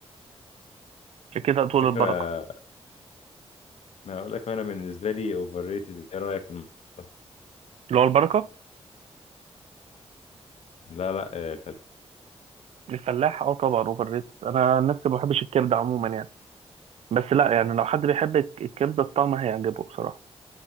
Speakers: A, on the right; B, on the left.
A: كده طول
B: على فكره
A: البركه
B: ما اقول لك انا بالنسبه لي اوفر ريتد ايه رايك في الموضوع ده؟
A: اللي هو البركه
B: لا لا آه، الفل...
A: الفلاح اه طبعا اوفر ريتد انا عن نفسي ما بحبش الكبده عموما يعني بس لا يعني لو حد بيحب الك- الكبده الطعم هيعجبه بصراحه